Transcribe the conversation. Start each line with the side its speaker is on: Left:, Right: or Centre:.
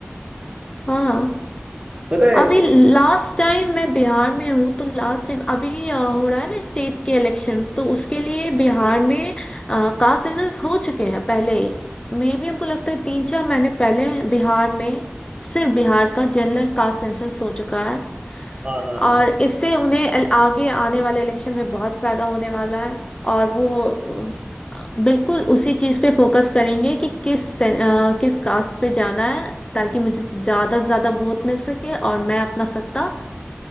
Left: हाँ
Right: पता है
Left: अभी लास्ट टाइम मैं बिहार में हूँ तो लास्ट टाइम अभी अ, हो रहा है ना स्टेट के इलेक्शंस तो उसके लिए बिहार में कास्ट सेंसस हो चुके हैं पहले ही मे भी हमको लगता है तीन चार महीने पहले बिहार में सिर्फ बिहार का जनरल कास्ट सेंसस हो चुका है
Right: हाँ हाँ
Left: और
Right: हाँ
Left: इससे उन्हें अल- आगे आने वाले इलेक्शन में बहुत फायदा होने वाला है और वो अ, बिल्कुल उसी चीज पे फोकस करेंगे कि किस से- अ, किस कास्ट पे जाना है ताकि मुझे से ज्यादा से ज्यादा वोट मिल सके और मैं अपना सत्ता